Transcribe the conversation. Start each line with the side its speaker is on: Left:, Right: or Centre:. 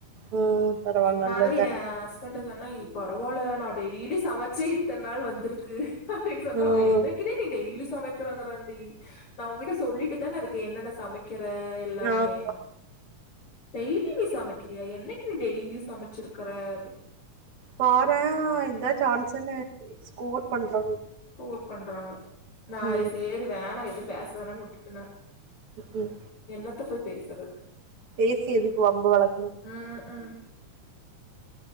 Right: ம். பரவால்ல
Left: நானு
Right: நல்லதுதான்.
Left: ஏ ஹஸ் பேண்ட் மட்டும்தான ஏய் பரவாயில்ல நான் டெய்லி சமைச்சே இத்தனை நாள் வந்திருக்கு அப்படின்னு சொன்னா
Right: ம்.
Left: அவன் என்னைக்கிடி நீ டெய்லி சமைக்கிறாங்க ராண்டி நான் உங்கிட்ட சொல்லிட்டு தானே இருக்கேன் என்னென்ன சமைக்கிற எல்லா
Right: நான்
Left: மே டெய்லி நீ சமைக்கிறியா என்னைக்கு நீ டெய்லி சமைச்சிருக்கற அப்படினு
Right: பாரே ஆ ஆஹ் இத சான்ஸ்ன்னு ஸ்கோர் பண்றாங்க.
Left: ஸ்கோர் பண்றாங்க நான்
Right: ம்,
Left: சேரி வேணா பேச வேணானு விட்டுட்டே என்ன
Right: ம்.
Left: என்னத்த போய் பேசுறது
Right: பேசி எதுக்கு வம்பு வளக்கணும்.
Left: உம் உம்